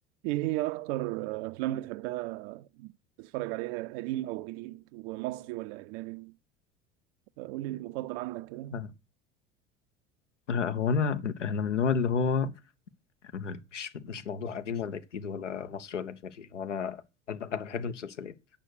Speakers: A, on the right; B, on the left.
A: ايه هي اكتر افلام بتحبها تتفرج عليها قديم او جديد ومصري ولا اجنبي قول لي المفضل عندك كده
B: آه، آه، هو انا انا من النوع اللي هو يعني مش مش موضوع قديم ولا جديد ولا مصري ولا اجنبي هو انا انا أنا بحب المسلسلات